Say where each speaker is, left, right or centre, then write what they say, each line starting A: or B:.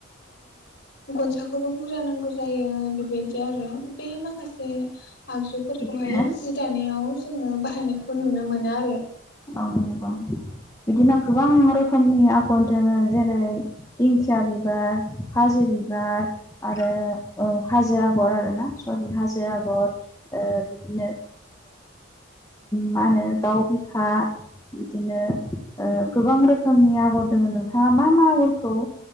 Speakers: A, on the left (about 55°); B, on the left (about 15°).
A: गनसाखौबो बुरजा नांगौ जायो बेबायदि बिदि आरो बे माखासे आगजुफोरखौहाय
B: बिदिनो
A: जि दानायाव जोङो बाहायनायखौ नुनो मोनो आरो
B: औ औ बिदिनो गोबां रोखोमनि आगर दोङो जेरै दिंखिया बिबार हाजो बिबार आरो हाजो आगर आरोना सरि हाजो आगर बिदिनो मा होनो दाउ बिखा बिदिनो गोबां रोखोमनि आगर दङ नोंथाङा मा मा आगरखौ